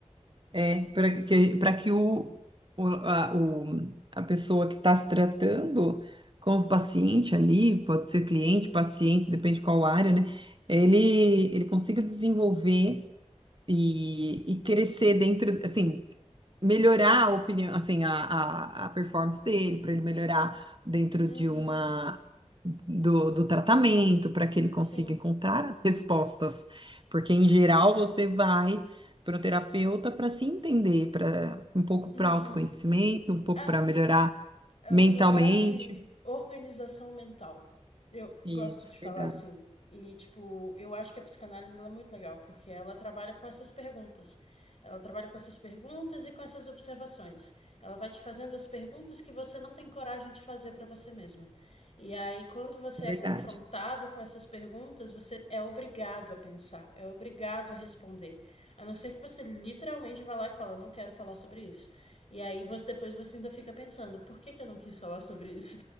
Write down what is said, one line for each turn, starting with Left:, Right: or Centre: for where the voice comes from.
Right: é, para que, para que o, o, a, o- a pessoa que está se tratando com o paciente ali, pode ser cliente, paciente, depende qual área, né? Ele, ele consiga desenvolver e, e crescer dentro, assim, melhorar a opinião, assim, a, a, a performance dele, para ele melhorar dentro
Left: Uhum,
Right: de uma do, do tratamento, para que ele consiga
Left: sim.
Right: encontrar as respostas. Porque em geral você vai para o terapeuta para se entender, para um pouco
Left: Uhum.
Right: para autoconhecimento, um pouco
Left: É,
Right: para melhorar
Left: é
Right: mentalmente.
Left: um lugar de organização mental. Eu
Right: Isso,
Left: gosto de falar
Right: verdade,
Left: assim. E, tipo, eu acho que a psicanálise ela é muito legal, porque ela trabalha com essas perguntas. Ela trabalha com essas perguntas e com essas observações. Ela vai te fazendo as perguntas que você não tem coragem de fazer para você mesma. E aí, quando você
Right: é verdade.
Left: é confrontado com essas perguntas, você é obrigado a pensar, é obrigado a responder. A não ser que você literalmente vá lá e fala, não quero falar sobre isso. E aí você depois você ainda fica pensando, por que que eu não quis falar sobre isso?